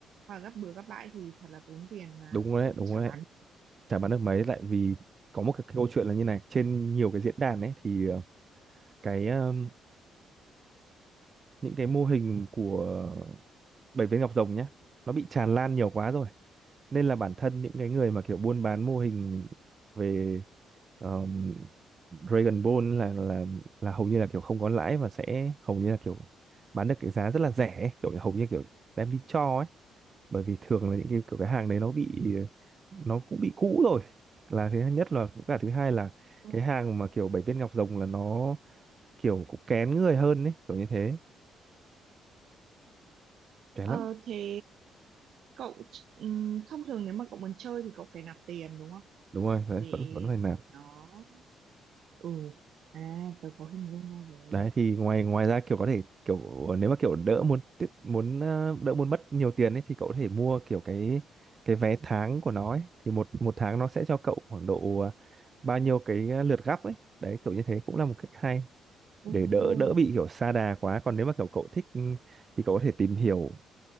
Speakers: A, on the right (about 65°); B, on the right (about 40°).
A: mà gấp bừa gấp bãi thì thật là tốn tiền mà
B: đúng đấy
A: cũng
B: đúng
A: chả
B: đấy
A: bán.
B: chả bán được mấy lại vì có một cái câu chuyện là như này trên nhiều cái diễn đàn ấy thì ờ, cái ờ, những cái mô hình của bảy viên ngọc rồng nhá nó bị tràn lan nhiều quá rồi nên là bản thân những cái người mà kiểu buôn bán mô hình về um, Dragon Ball là là là hầu như là kiểu không có lãi và sẽ hầu như là kiểu bán được cái giá rất là rẻ ấy. kiểu hầu như kiểu đem đi cho ấy bởi vì thường là những cái kiểu cái hàng đấy nó bị nó cũng bị cũ rồi là thứ nhất là với cả thứ hai là
A: Ừ.
B: cái hàng mà kiểu bảy viên ngọc rồng là nó kiểu cũng kén người hơn ấy kiểu như thế kén
A: Ờ,
B: lắm
A: thế cậu ừm, thông thường nếu mà cậu muốn chơi thì cậu phải nạp tiền đúng không?
B: đúng rồi đấy,
A: Để,
B: vẫn vẫn phải làm
A: để nó ừ à tớ có hình dung ra rồi.
B: đấy thì ngoài ngoài ra kiểu có thể kiểu nếu mà kiểu đỡ muốn tiết muốn ờ, đỡ muốn mất nhiều tiền ấy thì cậu có thể mua kiểu cái cái vé tháng của nó ấy thì một một tháng nó sẽ cho cậu khoảng độ ờ, bao nhiêu cái ờ, lượt gấp ấy đấy kiểu như thế cũng là một cách hay
A: Ừ
B: để đỡ đỡ bị kiểu sa đà quá còn nếu mà kiểu cậu thích ừ, thì cậu có thể tìm hiểu